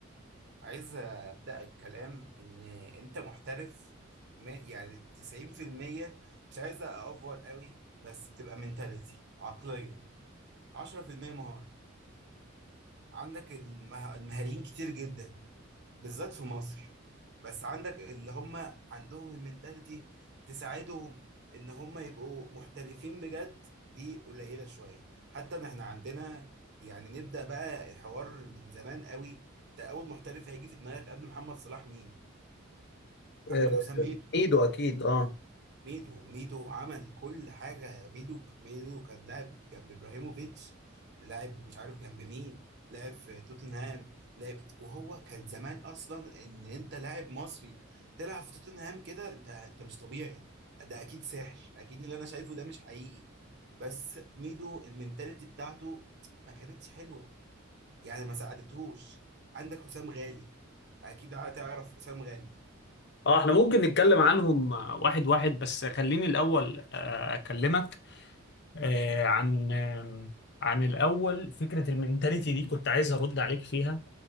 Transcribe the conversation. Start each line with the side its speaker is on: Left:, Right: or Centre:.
Right: عايز ابدا الكلام ان انت محترف ما- يعني 90% مش عايز اوفر قوي بس بتبقى منتاليتي عقليه 10% مهاره عندك المه... المهاريين كتير جدا بالذات في مصر بس عندك اللي هم عندهم المنتاليتي تساعدهم ان هم يبقوا محترفين بجد دي قليلة شوية حتى ان احنا عندنا يعني نبدأ بقى الحوار من زمان قوي انت اول محترف هيجي في دماغك قبل محمد صلاح مين احمد
Left: آه،
Right: حسام ميدو
Left: ايده اكيد اه
Right: ميدو ميدو عمل كل حاجة ميدو ميدو كان لاعب جنب ابراهيموفيتش لاعب مش عارف جنب مين لاعب في توتنهام لاعب وهو كان زمان اصلا ان انت لاعب مصري تلعب في توتنهام كده انت انت مش طبيعي ده اكيد سحر اكيد اللي انا شايفه ده مش حقيقي بس ميدو المنتاليتي بتاعته ما كانتش حلوة يعني ما ساعدتهوش عندك حسام غالي اكيد هتعرف حسام غالي
Left: اه احنا ممكن نتكلم عنهم واحد واحد بس خليني الاول آه، اكلمك آه، عن آم، عن الاول فكرة المينتاليتي دي كنت عايز ارد عليك فيها